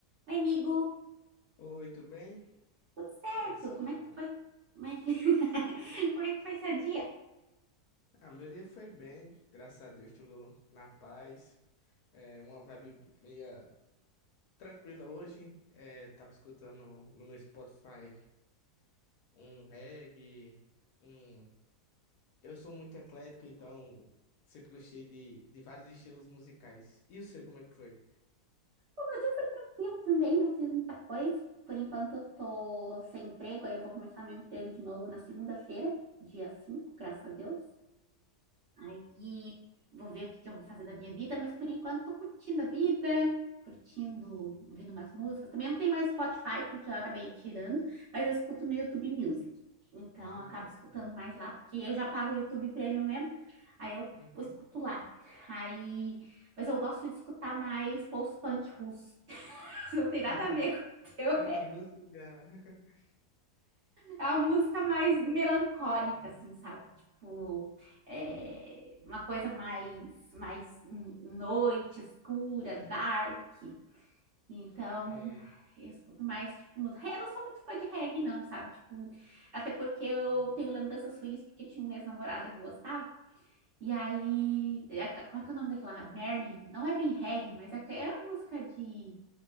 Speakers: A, on the right; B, on the left.
A: Oi, amigo,
B: Oi, tudo bem?
A: tudo certo?
B: Como é que você
A: Como
B: tá?
A: é que foi? Como é que, <laughs> como é que foi seu dia?
B: Ah, meu dia foi bem, graças a Deus, tudo na paz. É uma vibe meia tranquila hoje. É, tava escutando no meu Spotify um reggae, um... Eu sou muito eclético, então sempre gostei de, de vários estilos musicais. E o seu, como é que foi?
A: O meu dia foi tranquilo também, não fiz muita coisa. Por enquanto eu tô sem emprego, aí eu vou começar meu emprego de novo na segunda-feira, dia cinco. graças a Deus. Aí vou ver o que que eu vou fazer da minha vida, mas por enquanto tô curtindo a vida, curtindo, ouvindo umas músicas. Também não tem mais Spotify, porque eu acabei tirando, mas eu escuto no YouTube Music. Então,
B: Ah,
A: eu acabo escutando mais lá, porque eu já pago o YouTube Premium mesmo, aí eu
B: uhum.
A: escuto lá. Aí, mas eu gosto de escutar mais post-punk russo. <laughs> Não tem
B: <laughs>
A: nada a ver com o teu,
B: Punk russo já... <laughs>
A: é uma música mais melancólica, assim, sabe? Tipo, é uma coisa mais, mais noite, escura, dark. Então,
B: É,
A: eu escuto mais tipo de música. Eu não sou muito fã de reggae, não, sabe? Tipo, até porque eu
B: uhum.
A: tenho lembranças ruins, porque tinha um ex-namorado que gostava. E aí, é, qual que é o nome daquela? Merlin. Não é bem reggae, mas é, é uma música de,